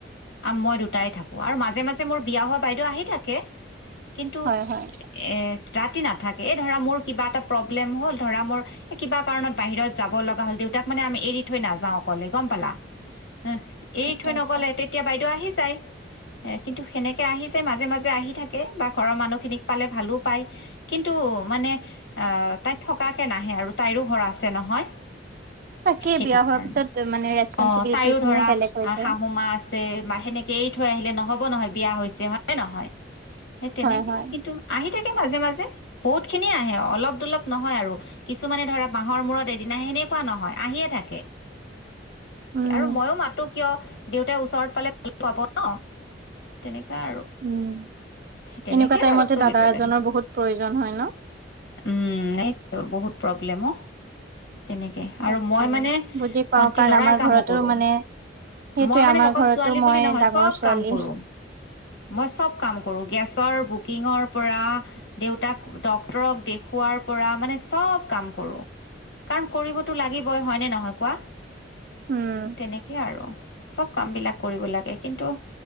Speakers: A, on the left; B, on the right.
A: আম মই দুটাই থাকো আৰু মাজে-মাজে মোৰ বিয়া হোৱা বাইদেউ আহি থাকে। কিন্তু
B: হয় হয়।
A: এ ৰাতি ন থাকে এ ধৰা মোৰ কিবা এটা প্ৰব্লেম হল, ধৰা মোৰ এ কিবা কাৰণত বাহিৰত যাব লগা হল দেউতাক মানে আমি এৰি থৈ নাযাওঁ অকলে। গম পালা? উ এৰি
B: আচ্ছা
A: থৈ
B: আচ্ছা
A: নগলে তেতিয়া বাইদেউ আহি যাই, কিন্তু সেনেকে আহি যে মাজে-মাজে আহি থাকে বা ঘৰৰ মানুহখিনিক পালে ভালো পায়। কিন্তু মানে আহ তাই থকাকে নাহে আৰু তাইৰো ঘৰ আছে নহয়।
B: তাকে
A: সেইটো
B: বিয়া হোৱাৰ
A: কাৰণে
B: পিছত মানে ৰেচপনচিবিলিটি
A: অ', তাইও
B: খিনিও
A: ধৰা
B: বেলেগ হৈছে।
A: শাহুমা আছে বা সেনেকে এ থৈ আহিলে নহ হ'ব নহয় বিয়া হৈছে হয় নহয়? সেই তেনেকে
B: হয় হয়।
A: কিন্তু আহি থাকে মাজে-মাজে বহুত খিনিয়ে আহে, অলপ-দলপ নহয় আৰু কিছুমানে ধৰা মাহৰ মূৰত এদিন আহে সেনেকুৱা নহয়। আহিয়ে থাকে।
B: উম।
A: আৰু ময়ো মাতো কিয় দেউতাই ওচৰত পালে ভাল পাব ন তেনেক আৰু
B: উম
A: তেনেকে
B: এনেকুৱা টাইমতে
A: আৰু চলিব
B: দাদা এজনৰ
A: লাগিব।
B: বহুত প্ৰয়োজন হয় ন।
A: উম, এইটো বহুত প্ৰৱলেমো তেনেকে আৰু
B: তাকে
A: মই মানে
B: বুজি পাও
A: ভণ্টি
B: কাৰণ
A: লৰাৰ
B: আমাৰ
A: কামো
B: ঘৰতো
A: কৰো।
B: মানে সেইটোৱে
A: মই মানে
B: আমাৰ
A: অকল
B: ঘৰতো
A: ছোৱালী
B: মই
A: বুলি নহয়,
B: ডাঙৰ
A: চব
B: ছোৱালী।
A: কাম কৰো মই চব কাম কৰো গেছ। গেছৰ বুকিংৰ পৰা দেউতাক ডক্টৰক দেখুওৱাৰ পৰা মানে চব কাম কৰোঁ। কাৰণ কৰিবতো তো লাগিব‌ই হয় নে নহয় কোৱা।
B: উম।
A: তেনেকে আৰু। চব কাম বিলাক কৰিব লাগে কিন্তু